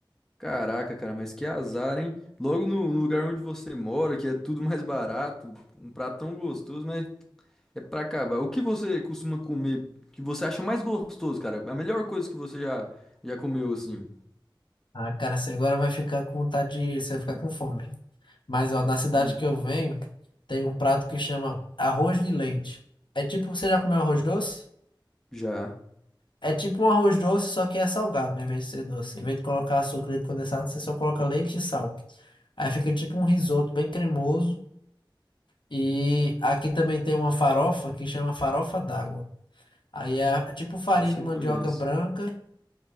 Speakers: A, in the centre; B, on the left.
A: Caraca, cara, mas que azar, hein? Logo no, no lugar onde você mora, que é tudo mais barato, um prato tão gostoso, mas é pra acabar. O que você costuma comer que você acha mais gostoso, cara? A melhor coisa que você já, já comeu, assim?
B: Ah, cara, você agora vai ficar com vontade de, você vai ficar com fome. Mas, ó, na cidade
A: Hum,
B: que eu venho, tem um prato que chama arroz de leite. É tipo, você já comeu arroz doce?
A: já.
B: É tipo um arroz doce, só que é salgado, em vez de ser doce. Em vez de colocar açúcar e leite condensado, você só coloca leite e sal. Aí fica tipo um risoto bem cremoso. E aqui também tem uma farofa que chama farofa d'água. Aí é tipo farinha
A: Essa
B: de
A: eu
B: mandioca
A: conheço.
B: branca